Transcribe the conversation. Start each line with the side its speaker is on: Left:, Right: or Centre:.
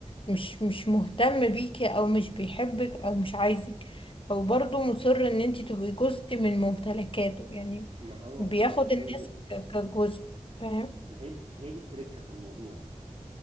Left: مش مش مهتم بيكي أو مش بيحبك أو مش عايزك هو برضو مصر إن انتي تبقي جزء من ممتلكاته يعني
Right: ما هو
Left: بياخد
Right: اه ما
Left: الناس
Right: هي دي بقى
Left: ك- كجزء فاهم
Right: ما هي هي دي تركة في الموضوع